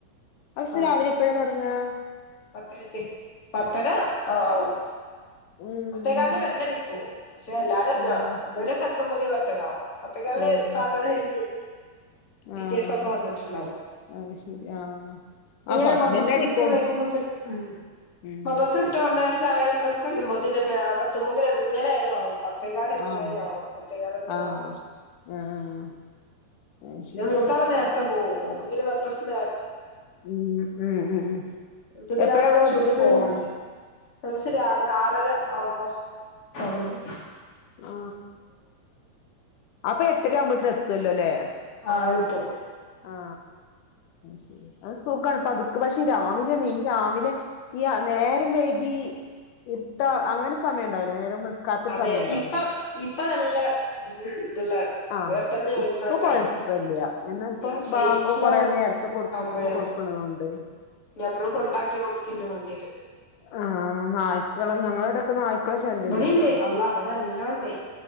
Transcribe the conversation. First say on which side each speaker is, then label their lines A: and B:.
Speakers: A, on the left; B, on the left.
A: അവസ്
B: ആഹ്
A: രാവിലെ എപ്പഴാ തൊടങ്ങാ
B: പത്തരക്ക് പത്തര ആ ആ
A: ഉം
B: പത്തേറക്കാല് ന് ബെല്ലടിക്കും പക്ഷെ എല്ലാരും <unintelligible>
A: ഉം
B: ഇവരൊക്കെ പത്തൊമ്പത് പത്തരാവും പത്തേക്കിലിന്
A: ഉം
B: പ്രാർത്തന ചെല്ലി ടീച്ചൈഴ്സ്
A: ആഹ്
B: ഒക്കെ വന്നിട്ടുണ്ടാവും
A: അത് ശരി ആഹ്
B: എങ്ങെനെ
A: ആഹ് ഫസ്റ്റ്
B: മദ്രസ
A: ബെല്ലടിക്കും
B: വിട്ട് വരുമ്പോത്തിനും ഉം
A: ഉം
B: മദ്രസ ഇട്ട് വന്നാ ചായൊടിംതൊക്കയുമ്പോ ത്ത് നന്നെ അവിടെത്തുമ്പോതിന് എങ്ങനെ ആയാലും ആവും പത്തേകാല് എന്തായാലും
A: ആഹ്
B: ആവും പത്തേ കാല് പത്തരാവാൻമതി
A: ആഹ് ആഹ് അത്
B: പിന്നെ
A: ശരി
B: മൂത്താള് നേര ത്തെ പോവും ഓക്ക് പിന്നെ മദ്രസ് നേ
A: ഉം ഉം ഉം ഉ
B: ഓക്ക് ഇതിലേറെ
A: എപ്പഴാ വിടെ
B: കുറച്ചുകൂടി
A: മദ്രസ്
B: പോവാണ്ട് <unintelligible> രാവിലെ ആറര ആവുമ്പം തൊട്ങ്ങും
A: ആ അപ്പെ എട്ടര ആവുമ്പോതിന് എത്തല്ലോ ല്ലേ
B: ആ എത്തും
A: ആ ശരി അത് സുഖാണ് പതുക്കെ പക്ഷെ രാവിലെണെ ഈ രാവിലെ ഈ നേരം വൈകീ ഇരുട്ട് ആ അങ്ങനെ സമയം ഉണ്ടാവില്ല നേരം വൾക്കാത്തൊരു
B: അതെ
A: സമയം ഉണ്ടാവൂല
B: ഇപ്പം ഇപ്പ ല്ല ഇതുള്ള
A: ആഹ്
B: വെട്ടെന്ന് നീക്ക്ണ
A: ഇപ്പൊ
B: ടൈമാണ്
A: കൊഴപ്പല്ല എന്നാ
B: ഇല്ല
A: ഇപ്പൊ
B: ശ്ശെ
A: ബാങ്ക്
B: ഇരിട്ടിള്ള
A: കൊറേ നേരത്തെ കൊടു
B: ആകുമ്പഴാ
A: കൊടുക്കണതുകൊണ്ട്
B: ഞമ്മള് കൊണ്ടാക്കി കൊടുക്കന്ന മാണ്ടി വരും
A: ആ നായ്ക്കള് ഞങ്ങളടക്കെ നാ യ്ക്കള ശല്യം
B: ഇബടിണ്ട്
A: നല്ലോണ്ട്
B: അള്ളാ ഇബടെ എല്ലാം ഇണ്ട്